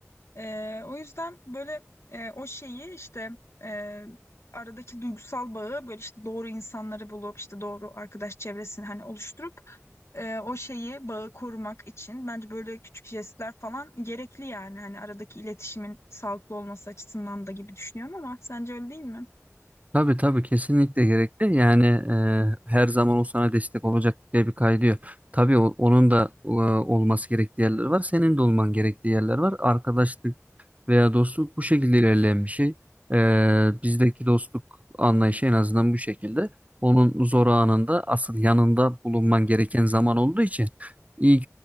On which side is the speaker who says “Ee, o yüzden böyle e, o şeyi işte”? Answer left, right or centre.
Left